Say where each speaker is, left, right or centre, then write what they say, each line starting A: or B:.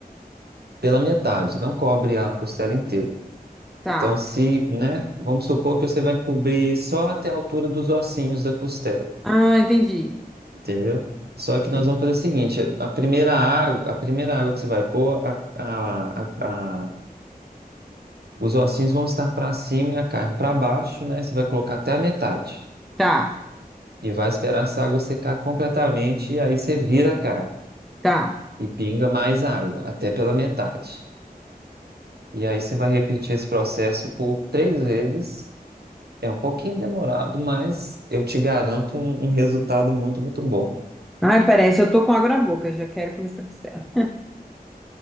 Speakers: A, on the right; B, in the centre.
A: Pela metade, não cobre a costela inteira.
B: Tá.
A: Então, se, né? Vamos supor que você vai cobrir só até a altura dos ossinhos da costela,
B: Ah, entendi.
A: entendeu? Só que
B: Entendi.
A: nós vamos fazer o seguinte: a primeira água, a primeira água que você vai pôr, a- a- a- a- os ossinhos vão estar para cima e a carne para baixo, né? Você vai colocar até a metade
B: Tá,
A: e vai esperar essa água secar completamente e aí você vira a carne.
B: tá.
A: e pinga mais água, até pela metade. E aí você vai repetir esse processo por três vezes. É um pouquinho demorado, mas eu te garanto um, um resultado muito, muito bom.
B: Ai, parece, eu tô com água na boca, já quero comer essa costela.